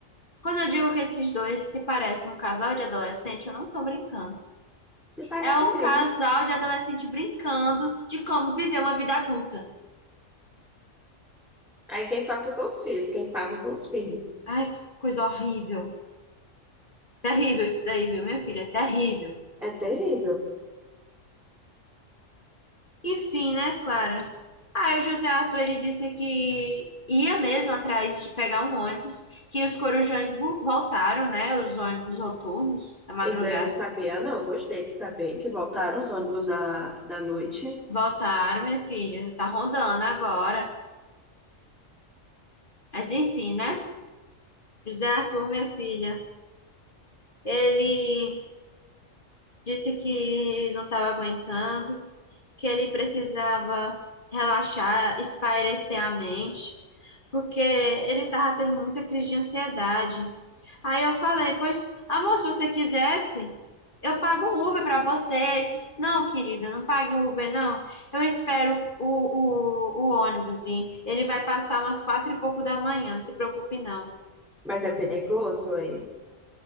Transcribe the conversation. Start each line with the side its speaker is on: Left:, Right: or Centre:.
Left: Quando eu digo que esses dois se parecem um casal de adolescente, eu não tô brincando.
Centre: Se parece
Left: É um
Centre: mesmo.
Left: casal de adolescente brincando de como viver uma vida adulta.
Centre: Aí quem sofre são os filhos, quem paga são os filhos.
Left: Ai, que coisa horrível. Terrível isso daí, viu, minha filha? Terrível.
Centre: É terrível.
Left: Enfim, né, Clara? Aí o José Arthur, ele disse que ia mesmo atrás de pegar um ônibus, que os corujões vo- voltaram, né? Os ônibus noturnos, na madrugada.
Centre: Eles daí eu não sabia, não. Eu gostei de saber que voltaram os ônibus da, da noite.
Left: Voltaram, minha filha. Tá rondando agora. Mas enfim, né? José Arthur, minha filha, ele disse que não estava aguentando que ele precisava relaxar, espairecer a mente, porque ele estava tendo muita crise de ansiedade. Aí eu falei, pois, amor, se você quisesse, eu pago o Uber para você. Ele disse, não, querida, não pague o Uber, não. Eu espero o, o, o ônibus ir. Ele vai passar umas quatro e pouco da manhã, não se preocupe, não.
Centre: Mas é perigoso, hein?